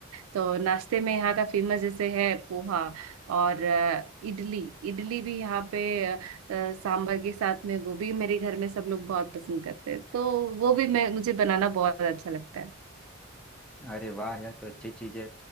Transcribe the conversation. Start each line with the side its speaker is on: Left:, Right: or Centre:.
Right: तो नाश्ते में यहाँ का फेमस जैसे है पोहा और अ, इडली इडली भी यहाँ पे अ, सांभर के साथ में वो भी मेरे घर में सब लोग बहुत पसंद करते हैं तो वो भी मैं मुझे बनाना बहुत अच्छा लगता है
Centre: अरे वाह यह तो अच्छी चीज है